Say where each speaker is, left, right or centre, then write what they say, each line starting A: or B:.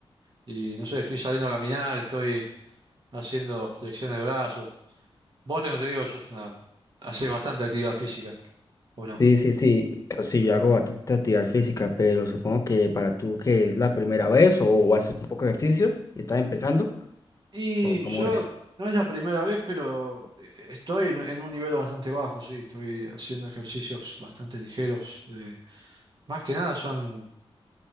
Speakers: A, on the right (about 50°); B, on the left (about 35°).
A: Y no sé, estoy saliendo a caminar, estoy haciendo flexiones de brazos. Vos tengo entendido que sos una, haces bastante actividad física, ¿o no?
B: Sí, sí, sí. Pues Sí, yo hago bastante actividad física, pero supongo que para tú que es la primera vez o, haces un poco de ejercicio y estás empezando,
A: Y
B: ¿o cómo
A: yo,
B: es?
A: no es la primera vez, pero eh, estoy en, en un nivel bastante bajo, sí, estoy haciendo ejercicios bastante ligeros. de- más que nada son